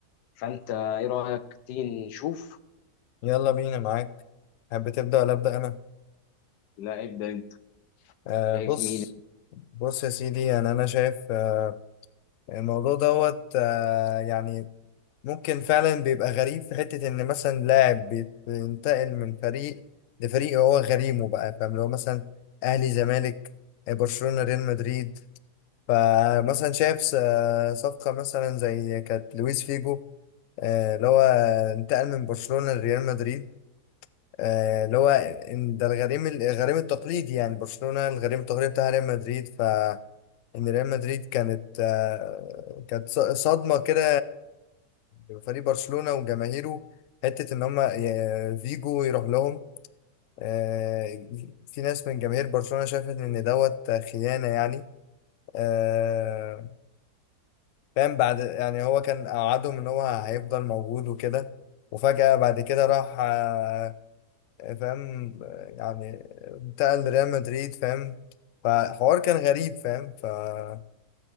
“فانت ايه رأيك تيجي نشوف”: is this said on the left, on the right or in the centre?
Left